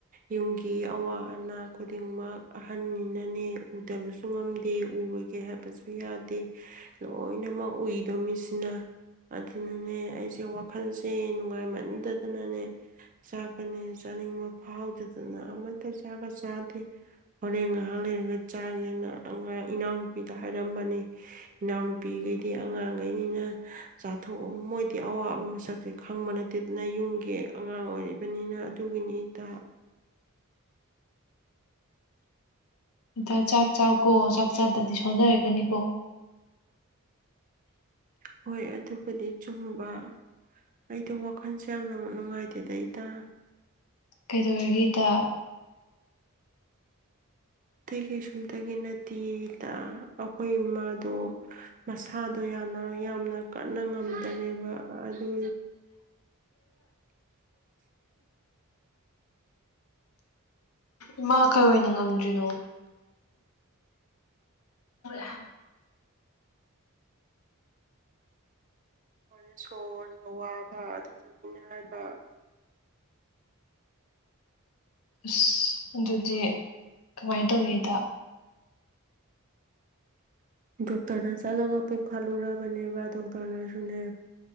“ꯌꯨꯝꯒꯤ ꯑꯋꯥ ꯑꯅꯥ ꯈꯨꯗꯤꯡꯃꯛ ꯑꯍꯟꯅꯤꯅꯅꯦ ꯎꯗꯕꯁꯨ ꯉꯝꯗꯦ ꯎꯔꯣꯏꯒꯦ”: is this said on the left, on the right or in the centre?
Right